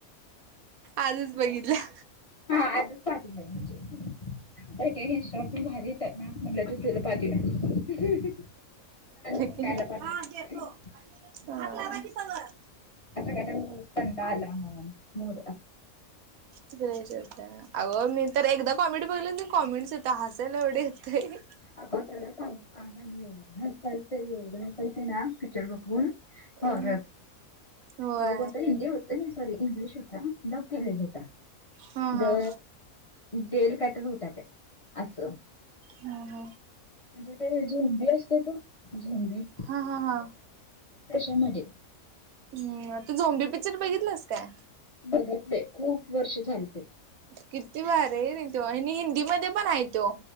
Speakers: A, on the right (about 85°); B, on the left (about 35°).
A: आजच बघितलं.
B: हा आजच पाठवलं मी ते. काय काय इन्स्टॉलला पण भारी येतात ना म्हणला जा तुला पाठवूया. स्नेहाला
A: हां
B: पाठवत असते
A: देतो भात लावा की तवर.
B: असं काहीतरी मोर कंटाळा आला मोर
A: तत <unintelligible> अगं मी तर एकदा कॉमेंडी बघलं नाही कॉमेंट्स येत हासायला एवढ येतय
B: अ त्याला सांगू का एवढं हसायचे ते एवढं हसायचे ते ना पिक्चर बघून. होरर
A: अ होय
B: दो घंट हिंदी होत. अ नाही सॉरी इंग्लिश होता डब केलेला होता.
A: हा हा
B: द डेल काहीतरी होता त्या असं.
A: हम्.
B: म्हणजे ते झोंबी असते बग झोंबी.
A: हा हां हां.
B: त्याचामध्ये
A: हम् तू झोंबी पिक्चर बघितलंस काय?
B: बघितले खूप वर्ष झाले तिला.
A: किती भारी ये रे तो, आणि हिंदी मध्ये पण आहे तो.